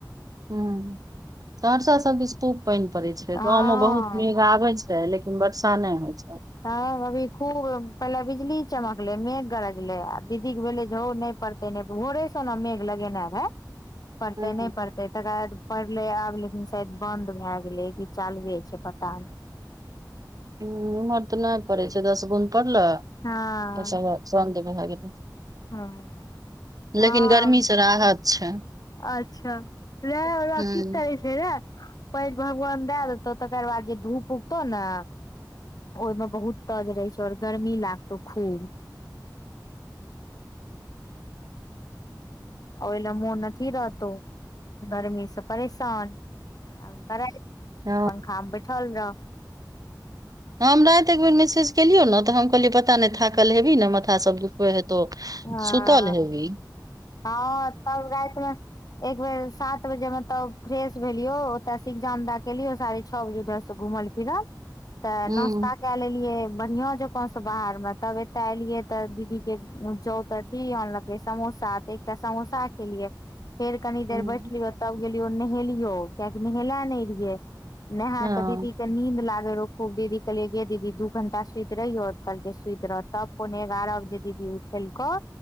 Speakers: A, on the right; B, on the left.
A: हं परसा सब दिस खूब पानि पड़ै छै
B: हँ
A: गाँवमे बहुत मेघ आबै छै लेकिन वर्षा नहि होइ छै
B: तब अभी खूब पहिले बिजली चमकले मेघ गरजले आ दीदी के भेले झौ न पड़ते नहि भोरे ना मेघ लगेना है पड़ते
A: हूँ
B: नहि पड़ते तकर बाद पड़ले आब लेकिन शायद बन्द भए गेलै क चालूए छै पता नै
A: उमहर तऽ नहि पड़ै छै दस बुंद पड़लै
B: हँ
A: भए गेल
B: हँ
A: लेकिन
B: हँ
A: गर्मीसँ राहत छै
B: अच्छा रह आओर
A: हूँ
B: की करै छै रह पाईन भगवान दए देतौ तकर बाद जे धूप उगतौ ने ओहिमे बहुत तज रहै छै आऔर गर्मी लागतौ खूब ओहि ल मुन अथी रहतो गर्मीसँ परेशान करइ
A: हँ
B: पंखामे बैठल जाउ
A: हम राति एक बेर मैसेज केलियौ ने तऽ हम कहलियै पता नहि थाकल हेबी ने मथासब दुखबै हेतै त
B: हँ
A: सुतल हैभी
B: हँ तब राति मे एक बेर सात बजे मे तब फ्रेश भेलियौ ओतसे इगजाम द के एलियो साढ़े छ बजे उधर से घुमल फिरल तऽ
A: हूँ
B: नाश्ता कए लेलियै बढ़िया जकां सब बाहर में तब एते एलिये तऽ दीदी के जाउत अथी अनलकै समोसा एकटा समोसा खेलियै फेर कनी
A: हूँ
B: देर बैठलियो तब गेलियो नहेलियो कियाकि नहेले नहि रहिये नहा
A: हँ
B: के दीदी के नींद लाग र खूबी कहलियै गे दीदी दू घंटा सुति रहियो तऽ कहलकै सुति रहत तब पोन एगारह बजे दीदी कऽ उठेलको